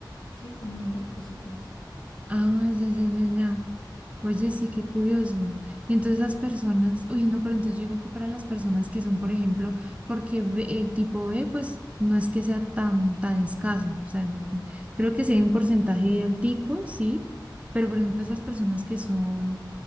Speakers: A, on the left (about 80°); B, on the right (about 15°).
A: sí, como esas cositas.
B: ah, ya, ya, ya, ya. Oye, sí, qué curioso. Y entonces las personas, uy, no, pero entonces yo digo que para las personas que son, por ejemplo, porque B- el tipo B, pues no es que sea tan, tan escaso. O sea, creo que sí hay un porcentaje altico, sí, pero por ejemplo, esas personas que son